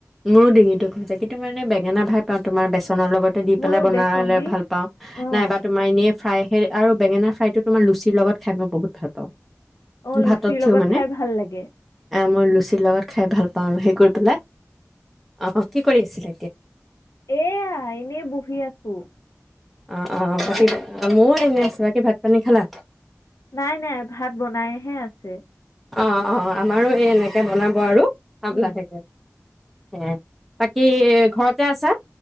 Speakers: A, in the centre; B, on the left (about 75°).
A: মোৰো ডিঙিটো খজুৱাই কিন্তু মই মানে বেঙেনা ভাল পাওঁ তোমাৰ বেছ। নৰ লগতে দি
B: ময়ো
A: পেলাই বনলে
B: বেচন দি
A: ভাল পাও
B: অঁ
A: নাইবা তোমাৰ এনেই ফ্ৰাই সে আৰু বেঙেনা ফ্ৰাইটো তোমাৰ লুচিৰ লগত খাই মই বহুত ভাল পাওঁ
B: অ লুচিৰ
A: ভাতত থিও
B: লগত
A: মানে
B: খাই ভাল লাগে
A: এ মই লুচিৰ লগত খাই ভাল পাও ন সেই কৰি পেলাই অ কি কৰি আছিলে এতিয়া
B: এয়া এনে বহি আছো
A: অ অ ময়ো এনে আছো বাকী ভাত পানী খালা
B: নাই নাই ভাত বনাইহে আছে
A: অ অ আমাৰো এই এনেকৈ বনাব আৰু খাম
B: উম,
A: লাহেকৈ হ বাকী ঘৰতে আছা